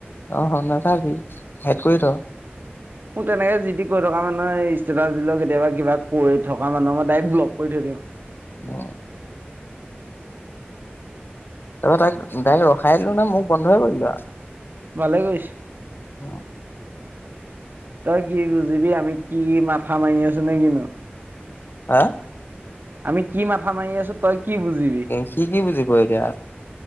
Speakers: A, on the left; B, on the right.
A: অ', হ, নাচাবি সেইটোৱে ত
B: মোৰ তেনেকে যি তি কৈ থকা মানুহে ষ্টেটাছ দিলেও কেতিয়াবা কিবা কৰি থকা মানুহে মই ডাইৰেক্ট ব্লক কৰি থৈ দিম।
A: অ। এ তাইক ডাইৰেক্ট ৰখাই দিলো নহয় মোখ বন্ধই কৰি দিলো আৰু।
B: ভালে কৈছে
A: অ',
B: তই কি বুজিবি আমি কি মাথা মাৰি আছো নে কিনো
A: হা?
B: আমি কি মাথা মাৰি আছো তই কি বুজিবি
A: সি কি বুজিব এতিয়া